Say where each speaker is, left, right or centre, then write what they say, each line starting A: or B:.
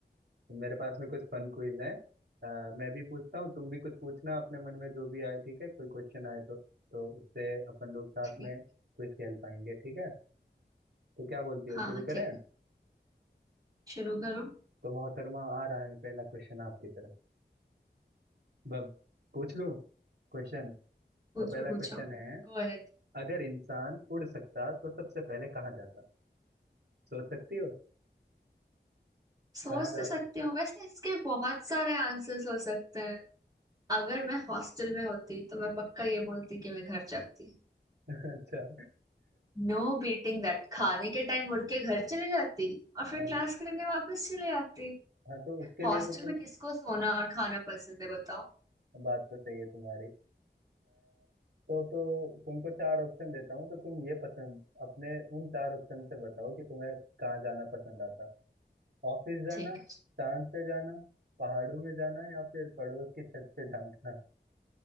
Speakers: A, on the right; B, on the right.
A: तो मेरे पास में कुछ फन क्विज है अ, मैं भी पूछता हूँ तुम भी कुछ पूछना अपने मन में जो भी आए ठीक है कोई क्वेश्चन आए तो तो उससे अपन लोग साथ
B: ठीक
A: में क्विज खेल पाएंगे ठीक है तो क्या बोलती हो
B: हाँ
A: शुरू करें
B: ठीक शुरू करो
A: तो मोहतरमा आ रहा है पहला क्वेश्चन आपकी तरफ बब पूछ लूं क्वेश्चन
B: पूछो
A: तो पहला
B: पूछो
A: क्वेश्चन है
B: Go ahead
A: अगर इंसान उड़ सकता तो सबसे पहले कहाँ जाता सोच सकती हो
B: सोच
A: कहाँ जा
B: तो सकती
A: सकता
B: हूँ वैसे इसके बहुत सारे आंसर्स हो सकते हैं अगर मैं हॉस्टल में होती तो मैं पक्का ये बोलती कि मैं घर जाती
A: <laughs> अच्छा
B: नो बीटिंग दैट खाने के टाइम उड़ के घर चले जाती और फिर
A: हाँ
B: क्लास करने वापस चले आती
A: हाँ, तो उसके
B: हॉस्टल
A: लिए तो तुम
B: में किसको सोना और खाना पसंद है बताओ
A: बात तो सही है तुम्हारी आ, तो तो तुमको चार ऑप्शन देता हूँ तो तुम ये पसंद अपने उन चार ऑप्शन से बताओ कि तुम्हें कहाँ जाना पसंद आता ऑफिस जाना
B: ठीक है
A: चांद पे जाना पहाड़ों में जाना या फिर पड़ोस की छत पे झांकना